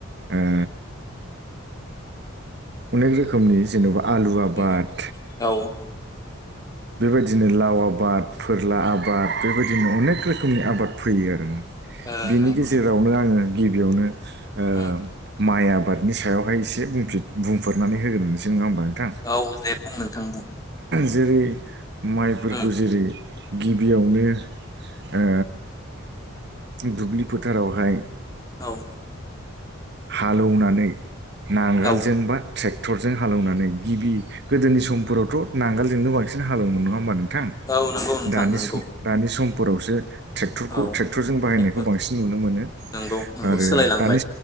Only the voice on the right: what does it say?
ओ अनेक रोखोमनि जेन'बा आलु आबाद
बेबायदिनो लाव आबाद फोरला आबाद बेबायदिनो अनेक रोखोमनि आबाद फोयो आरोना
बिनि
गेजेरावनो
आङो गिबियावनो ओ
माइ आबादनि सायावहाय एसे बुंफिर बुंफोरनानै होग्रोनोसै नङा होमबा नोंथां
जेरै माइफोरखौ
जेरै गिबियावनो ओ दुब्लि फोथारावहाय
हालेवनानै नांगोलजोंबा
ट्रेक्टरजों हालेवनानै गिबि गोदोनि समफोरावथ' नांगोलजोंनो बांसिन हालेवनाय नङा होनोमबा नो थां
दानि
सम दानि समफोरावसो ट्रेक्टरखौ
ट्रेक्टरजों बाहायनायखौ
बांसिन नुनो मोनो
आरो
दानि